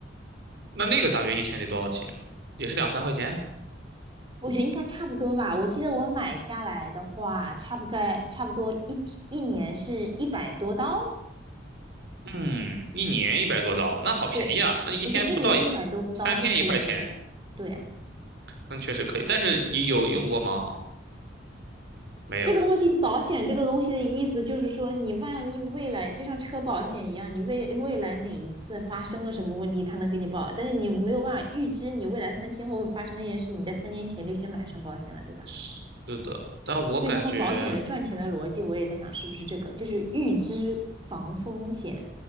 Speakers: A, on the right; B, on the right.
A: 那那个大约一天得多少钱啊也是两三块钱啊？
B: 我觉得应该差不多吧。我记得我买下来的话，差不该差不多一天一年是一百多刀。
A: 嗯，一年一百多刀，那好便宜啊！
B: 对，
A: 那你一天不到一三天一块钱，
B: 我觉得一年一百多刀是可以接受的。对啊，
A: 那确实可以。但是你有用过吗？没有。
B: 这个东西保险这个东西的意思就是说，你万一未来就像车保险一样，你未未来哪一次发生了什么问题，它能给你保，但是你没有办法预知你未来三天后会发生那件事，你在三年前就先买上保险了，对吧？
A: 是的，但我感觉
B: 所以他们保险的赚钱的逻辑，我也在想是不是这个，就是预知防风险。